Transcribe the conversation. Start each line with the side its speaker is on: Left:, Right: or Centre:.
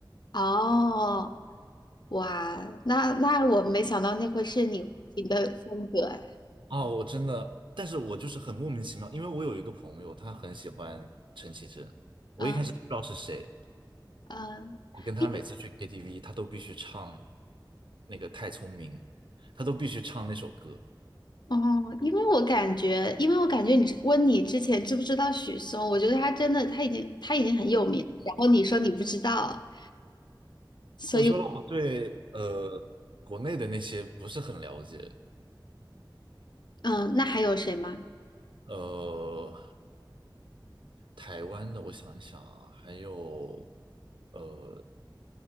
Left: 哦，哇，那那我没想到那会是你你的风格哎。
Right: 哦，我真的，但是我就是很莫名其妙，因为我有一个朋友，他很喜欢陈绮贞，我一开始都不知道是谁，
Left: 啊嗯，
Right: 我跟他每次去
Left: 因
Right: KTV，他都必须唱那个《太聪明》，他都必须唱那首歌。
Left: 哦，因为我感觉，因为我感觉你问你之前知不知道许嵩，我觉得他真的他已经他已经很有名，然后你说你不知道，所以我
Right: 我说了，我对呃国内的那些不是很了解，
Left: 嗯，那还有谁吗？
Right: 呃，台湾的我想一想啊，还有呃